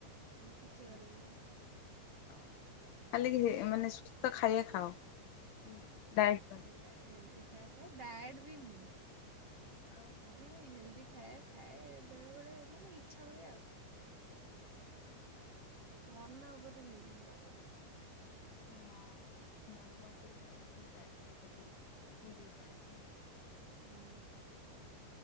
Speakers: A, on the right; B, on the left.
A: ମୁଁ କିଛି କରେ ନା ମୁଁ।
B: ଆଉ ଖାଲି ମାନେ ସୁସ୍ଥ ଖାଇବା ଖାଅ ଡାଏଟ୍ ପାଇଁ।
A: ହେଲଦୀ ଖାଇ ଡାଏଟ ବି ନୁହେଁ।
B: ଆଉ।
A: ମାନେ ହେଲ୍ଦି ଖାଏ ଖାଏ ବେଳେ ବେଳେ ମାନେ ଇଚ୍ଛା ହୁଏ ଆଉ।
B: ଓହରି।
A: ମନ ଉପରେ ନିର୍ଭର କରେ।
B: ହଁ ମନ ନ ଉପରୁି ପଖାର କରିରି ଜେଛି ମ୍ୟାଡ଼ର
A: ହୁଁ।